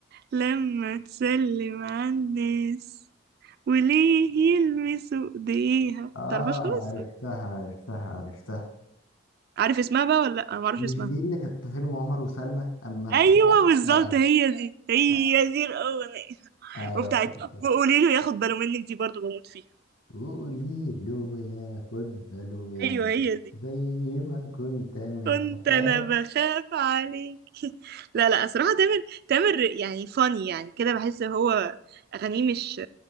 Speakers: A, on the right (about 50°); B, on the left (about 85°).
A: لما تسلم على الناس وليه يلمسوا ايديها
B: اه
A: متعرفهاش خالص
B: عرفتها عرفتها عرفتها
A: عارف اسمها بقى ولا لا انا معرفش
B: مش
A: اسمها
B: دي اللي كانت في فيلم عمر وسلمى اما اتخانق
A: ايوه بالظبط
B: آه.
A: هي دي هي
B: آه،
A: دي الاغنيه
B: ايوه
A: وبتاعت
B: افتكرتها
A: وقولي له ياخد باله منك دي برضو بموت فيها
B: وقولي له ياخد باله منك
A: ايوه هي دي
B: زي ما كنت انا
A: كنت
B: بخاف
A: انا بخاف عليك <laughs> لا لا صراحه تامر تامر يعني فاني يعني كده بحس هو اغانيه مش